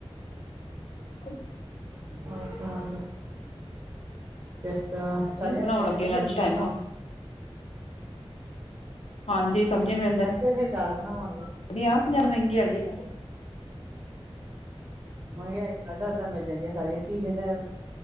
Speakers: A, on the left (about 80°); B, on the right (about 35°).
A: <inaudible>
B: ਹੋਰ ਸੁਨਾੳ, ਕਿਸ ਤਰਾਂ,
A: ਕੀ
B: ਸਾਰੀਆਂ
A: ਬਣਾਉਣ
B: ਮਿਲ
A: ਲੱਗੇ
B: ਜਾਂਦੀਆਂ ਸਬਜੀਆਂ
A: ਲੰਚ ਟਾਈਮ
B: ਏਥੋਂ।
A: ਹਾਂਜੀ। ਸਬਜ਼ੀ ਮਿਲ ਜ
B: ਅਸੀ ਦਾਲ ਬਨਾਵਾਂਗੇ
A: ਸਾਡੀ ਆਪ ਪੰਜਾਹ ਰੁਪਏ ਮਹੰਗੀ ਆਈ ਏ
B: ਮਹੰਗਾਈ ਏਦਾਂ ਏਦਾਂ ਮਿਲ ਜਾਂਦੀਆਂ ਸਾਰੀਆਂ ਸੀਜਨ ਦੇ